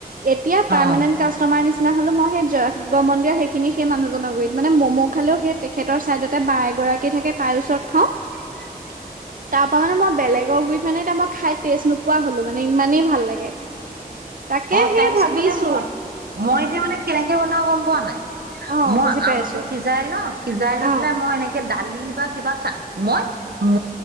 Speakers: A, on the right (about 60°); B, on the right (about 80°).
A: এতিয়া পাৰ্মানেণ্ট
B: অ
A: কাষ্টমাৰ নিচিনা হলোঁ, মই সেই জাগ শিৱমন্দিৰৰ সেই খিনি সেই মানুহজনৰ গুৰিত, মানে ম'ম খালেও সেই তেখেতৰ চাইদতে বা এগৰাকী থাকে তাইৰ ওচৰত খাওঁ।
B: <inaudible>
A: তাৰপৰা মানে মই বেলেগৰ গুৰিত মানে এতিয়া মই খাই টেষ্ট নোপোৱা হলোঁ, মানে ইমানেই ভাল লাগে। তাকে
B: অ'
A: সেই
B: তাৰপিছত
A: ভাবিছো
B: মানে মই, মই এতিয়া মানে কেনেকে বনাও গম পোৱা নাই
A: অ
B: মই
A: বুজি পাইছো
B: আলুটো সিজাই লও, সিজাই লৈ
A: অ
B: পেলাই মই এনেকে এ দালি বা কিবা চা, মই ম